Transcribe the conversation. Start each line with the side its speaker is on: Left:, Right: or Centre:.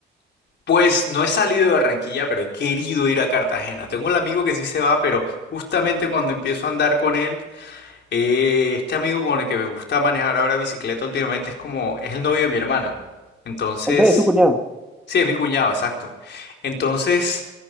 Left: Pues no he salido de Barranquilla, pero he querido ir a Cartagena. Tengo un amigo que sí se va, pero justamente cuando empiezo a andar con él, eh, este amigo con el que me gusta manejar ahora bicicleta últimamente es como, es el novio de mi hermana. Entonces,
Centre: Ok, es tu cuñado.
Left: sí, es mi cuñado, exacto. Entonces,